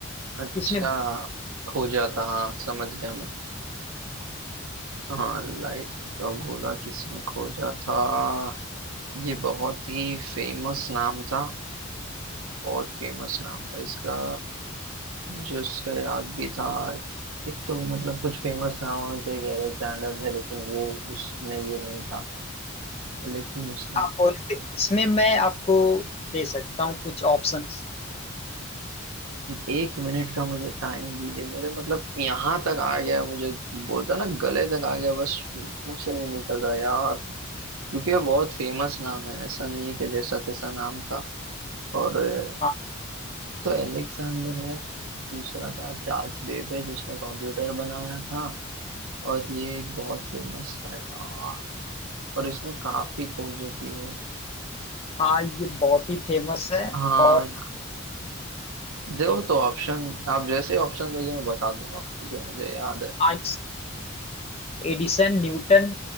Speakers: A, on the right (about 85°); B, on the left (about 30°).
A: अच्छा
B: किसने
A: खोजा था हाँ समझ गया मैं हाँ लाइट का गोला किसने खोजा था ये बहुत ही फेमस नाम था बहुत फेमस नाम था इसका मुझे उसका याद भी था एक तो मतलब कुछ फेमस नामों में से एक अलेक्जेंडर थे लेकिन वो उसने ये नहीं था लेकिन उसका
B: आप बोले थे इसमें मैं आपको दे सकता हूँ कुछ ऑप्शंस
A: एक मिनट का मुझे टाइम दीजिए मेरे मतलब यहाँ तक आ गया मुझे बोलता ना गले तक आ गया बस मुंह से नहीं निकल रहा यार क्योंकि वो बहुत फेमस नाम है ऐसा नहीं है कि जैसा तैसा नाम था और अ,
B: हाँ
A: तो अलेक्सेंडर है दूसरा था चार्ल्स बेबेज जिसने कंप्यूटर बनाया था और ये एक बहुत फेमस था यार और इसने काफी खोजें की है
B: हाँ ये बहुत ही फेमस है
A: हाँ
B: और
A: यार दो तो ऑप्शन आप जैसे ऑप्शन दोगे मैं बता दूंगा क्योंकि मुझे याद है
B: आइंस एडिसन न्यूटन